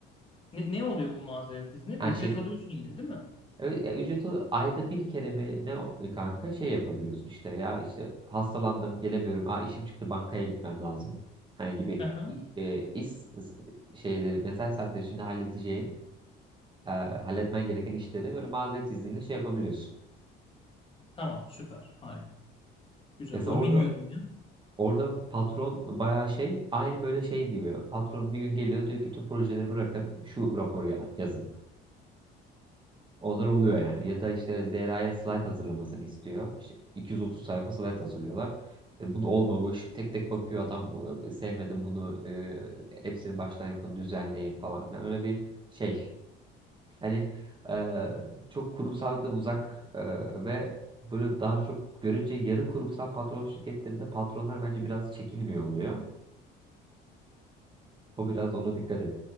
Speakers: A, on the left; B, on the right.
A: Ne, ne oluyor bu mazeret izni? Ücret
B: Yani şey
A: alıyorsun yine değil mi?
B: Evet, ya ücreti ayda bir kere mi ne o- e, kanka şey yapabiliyorsun işte ya işte hastalandım gelemiyorum aa işim çıktı bankaya gitmem lazım hani gibi
A: Aha.
B: iş, e, iş şeyleri mesai saatleri içinde halledeceğin e, halletmen gereken işleri böyle mazeret izniyle şey yapabiliyorsun.
A: Tamam süper harika. Güzel
B: Mesela
A: bunu
B: orada
A: bilmiyordum ya.
B: orada patron bayağı şey aynı böyle şey gibi patron bir gün geliyor diyor ki tüm projeleri bırakın şu raporu ya- yazın. Onlar oluyor yani. Ya da işte Zehra'ya slide hazırlamasını istiyor. İşte 230 sayfa slide hazırlıyorlar. E, bunu olmamış. Tek tek bakıyor adam. Bu, e, bu- sevmedim bunu. e, hepsini baştan yapın, düzenleyin falan filan. Öyle bir şey. Hani e, çok kurumsallıktan uzak e, ve böyle daha çok görece yarı kurumsal patron şirketlerinde patronlar bence biraz çekilmiyor oluyor. O biraz ona dikkat et.